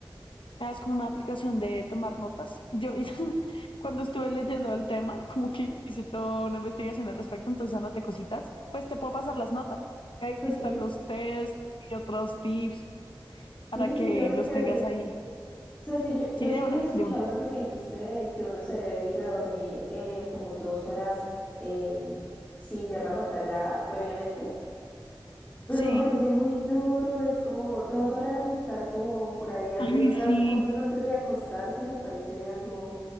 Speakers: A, on the left; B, on the left.
A: Ah, Es como una aplicación de tomar notas. Yo <laughs> cuando estuve leyendo el tema, como que hice toda una investigación al respecto, entonces anoté cositas. Pues te puedo pasar las notas. Ahí
B: Ok,
A: están los tests y otros tips para
B: sí, sería
A: que
B: muy
A: los
B: chévere.
A: tengas
B: O
A: ahí.
B: sea, sí, yo, yo
A: Sí,
B: sí
A: de
B: había
A: una,
B: escuchado
A: de una.
B: eso que me dijiste de que uno se debe ir a dormir eh, como dos horas eh, sin ver la pantalla previamente Pero
A: Sí.
B: me parece muy duro, es como dos horas estar como por ahí haciendo
A: Ay,
B: otras
A: sí.
B: cosas antes de acostarse, me parece algo,